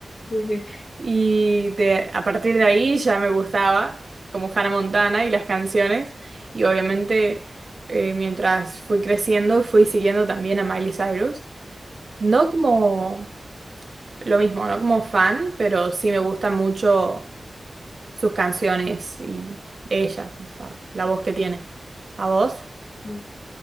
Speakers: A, on the left; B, on the right.
A: Sí, sí.
B: Y de- a partir de ahí ya me gustaba, como Hannah Montana y las canciones. Y obviamente, eh, mientras fui creciendo, fui siguiendo también a Miley Cyrus. No como lo mismo, no como fan, pero sí me gustan mucho sus canciones y ella, o sea, la voz que tiene. ¿A vos?
A: Ok.